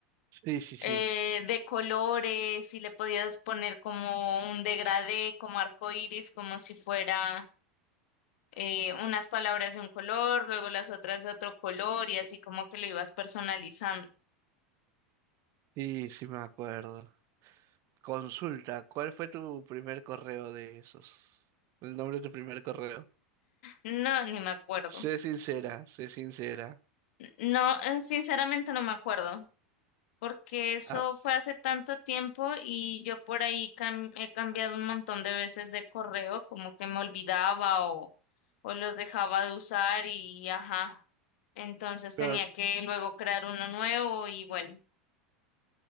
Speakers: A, on the right; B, on the left.
A: Sí, sí, sí.
B: eh, de colores y le podías poner como un degradé, como arco iris, como si fuera eh, unas palabras de un color, luego las otras de otro color y así como que lo ibas personalizando.
A: Sí, sí me acuerdo. Consulta, ¿cuál fue tu primer correo de esos? El nombre de tu primer correo.
B: No, ni me acuerdo.
A: Sé sincera, sé sincera.
B: No, eh, sinceramente no me acuerdo. porque eso
A: Ah,
B: fue hace tanto tiempo y yo por ahí cam- he cambiado un montón de veces de correo, como que me olvidaba o, o los dejaba de usar y ajá. Entonces
A: pero...
B: tenía que luego crear uno nuevo y bueno.